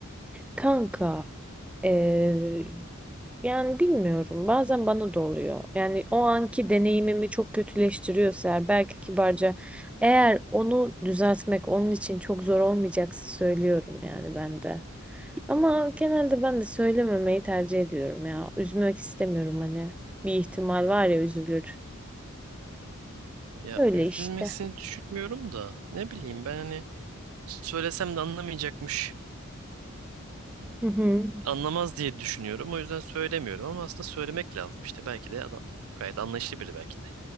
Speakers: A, in the centre; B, on the right (about 80°).
A: Kanka, eee, yani bilmiyorum. Bazen bana da oluyor. Yani o anki deneyimimi çok kötüleştiriyorsa eğer, belki kibarca eğer onu düzeltmek onun için çok zor olmayacaksa söylüyorum yani ben de. Ama genelde ben de söylememeyi tercih ediyorum ya. Üzmek istemiyorum hani. Bir ihtimal var ya üzülür.
B: Ya
A: Öyle
B: üzülmesini
A: işte.
B: düşünmüyorum da ne bileyim ben hani Söylesem de anlamayacakmış.
A: Hı hı.
B: Anlamaz diye düşünüyorum. O yüzden söylemiyorum ama aslında söylemek lazım işte. Belki de adam gayet anlayışlı biri belki de.